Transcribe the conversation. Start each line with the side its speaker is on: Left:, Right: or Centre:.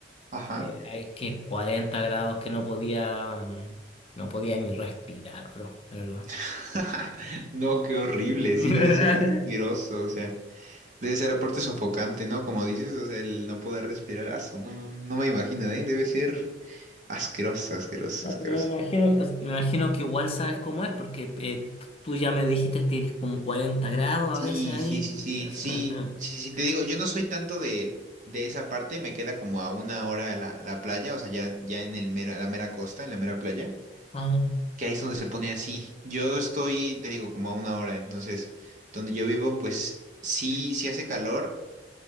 Right: Ajá.
Left: eh, hay que 40 grados que no podía, mm, no podía ni respirar, bro, de verdad.
Right: <laughs> No, qué horrible,
Left: <laughs>
Right: sí, debe ser asqueroso, o sea, debe ser aparte sofocante, ¿no? Como dices, o sea, el no poder respirar, aso, no, no me imagino, ¿eh? Debe ser asqueroso, asqueroso,
Left: No,
Right: asqueroso.
Left: pero me imagino, me imagino que igual sabes cómo es, porque eh, tú ya me dijiste que tienes como 40 grados a
Right: Sí,
Left: veces ahí.
Right: sí, sí,
Left: <laughs>
Right: sí,
Left: Sí, sí,
Right: sí,
Left: sí.
Right: sí, sí, te digo, yo no soy tanto de, de esa parte, me queda como a una hora la, la playa, o sea, ya, ya en el mera, la mera costa, en la mera playa,
Left: Ah,
Right: que ahí es donde se pone así. Yo estoy, te digo, como a una hora, entonces, donde yo vivo, pues sí, sí hace calor,